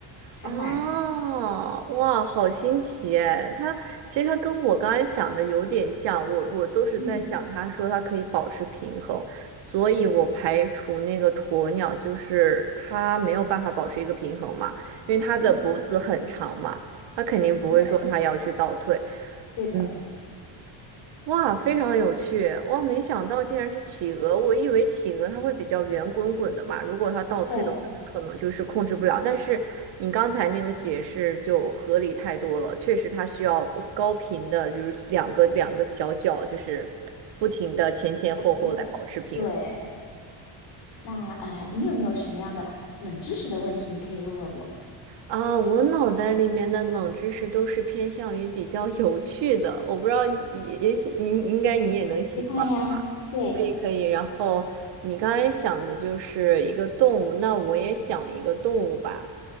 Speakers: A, on the left; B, on the right.
A: 还蛮
B: 哦，哇，好新奇哎！它其实它跟我刚才想的有点像，我我都是在想，
A: 嗯
B: 他说它可以保持平衡，所以我排除那个鸵鸟，就是它没有办法保持一个平衡嘛，因为它的脖子很长嘛，
A: 嗯，
B: 它肯定不会说它要去倒退。
A: 对对的。
B: 嗯。哇，非常有趣！哇，没想到竟然是企鹅，我以为企鹅它会比较圆滚滚的嘛，如果它倒退的话，
A: 对，我
B: 它可能就是控制不了。但是你刚才那个解释就合理太多了，确实它需要不高频的，就是两个两个小脚，就是不停的前前后后来保持平衡。
A: 记得。对，那啊呃你有没有什么样的冷知识的问题，你可以问问我？
B: 啊，我脑袋里面的冷知识都是偏向于比较有趣的，我不知道你，也也许你应该你也能喜欢。
A: 不会呀。对。
B: 可以可以，然后你刚才想的就是一个动物，那我也想一个动物吧。